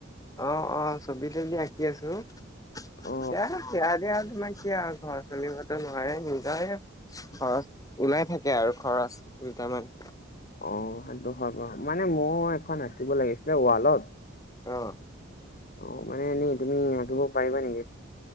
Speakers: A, on the left (about 20°); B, on the left (about 45°).
A: অঁ অঁ, ছবি তবি আঁকি আছো এতিয়া
B: অ
A: সেয়াকে আৰু তোমাৰ কি আৰু ঘৰ চলিবটো নোৱাৰে নিজৰে খৰচ ওলাই থাকে আৰু খৰচ দুটামান।
B: অঁ সেইটো হয় বাৰু, মানে মোৰ এখন আঁকিব লাগিছিলে ৱালত।
A: অঁ।
B: অঁ মানে এনেই তুমি আঁকিব পাৰিবা নেকি?